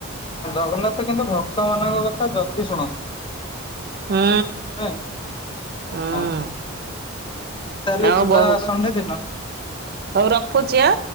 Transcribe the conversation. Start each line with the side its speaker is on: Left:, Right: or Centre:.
Left: ଜଗନ୍ନାଥ କିନ୍ତୁ ଭକ୍ତ ମାନଙ୍କ କଥା ଜଲଦି ଶୁଣନ୍ତି।
Right: ହୁଁ
Left: ହଁ।
Right: ହୁଁ
Left: ତାହେଲେ
Right: ଆଉ
Left: ଯିବା
Right: ବହୁ
Left: ସଣ୍ଡେ ଦିନ?
Right: ହଉ ରଖୁଛି ଆଁ।